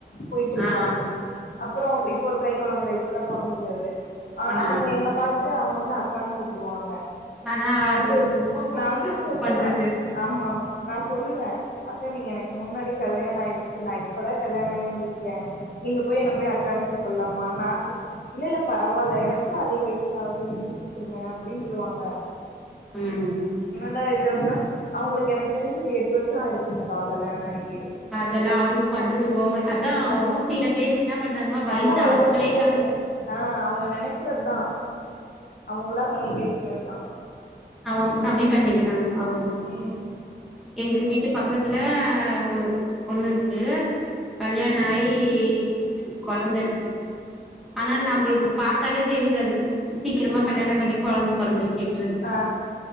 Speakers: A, on the left; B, in the centre.
A: போயிட்ருக்கா
B: ஆ
A: அப்பறோ இப்ப ஒரு கைக் கொழந்த இப்பதா பொறந்துது அது அ
B: ஆ
A: அவுங்க என்ன பா து அவுங்க வந்து அக்கான் கூப்டுவாங்க
B: ஆனா
A: நா
B: அது
A: வந்து
B: ரொம்ப
A: நா
B: ஓவர்
A: வந்து
B: அவங்க
A: சொல்லுவ
B: பண்றது
A: ஆமா ஆமா நா சொல்லுவ அக்கா நீங்க எனக்கு முன்னாடி கல்யாண ஆயிர்ச்சு நா இப்பதா கல்யாணாயி வந்துர்க்கே நீங்க போய் என்ன போய் அக் கான் கூப்பல்லாமா நா கூப் இல்ல இல்ல பரவால்ல எனக்கு அதே வயஸ்தா ஆவ்து நீங்க கூப்புடுங்க அப்டின்ருவாங்க
B: ம்
A: த இது எப்புனா அவுங்களுக்கு எனக்கு தெரிஞ்சி இப்ப எட்டு வர்ஷோ ஆயிருக்குங்க்கா கல்யாணொ ஆயி
B: அதெல்லா அவுங்க பண்றது ஓவர் அதா அவுங்கவ்ங்க
A: ஆ
B: சில பேரு இன்னா பண்றாங்கமா வைச
A: அதா
B: அவ்ங்களே
A: ஒவ்வொருத்தரு
B: கம்மி
A: ஆ அவுங்க நெனக்கிறத்தா அவுங்களா பண்ணி பேசுறத்தா
B: அவுங் கம்மி பண்ணிக்கிறாங்க அவ்ளோதா
A: ம்
B: எங்க வீட்டுப் பக்கத்துல ஒரு பொண்ணு இருக்கு கல்யாண ஆயி ரெண்டு கொழந்தருக்கு ஆனா நம்ப்ளுக்கு பாத்தாலே தெரிது அது து சீக்கிரமா
A: ம்
B: கல்யாணப் பண்ணி கொழந்த பொறந்துர்ச்சின்றது
A: ஆ